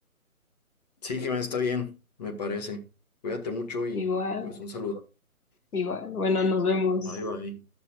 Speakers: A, on the left (about 25°); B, on the left (about 80°).
A: Sí, Jimena, está bien, me parece. Cuídate mucho y
B: Igual,
A: pues un saludo.
B: igual. Bueno, nos vemos.
A: Bye, bye.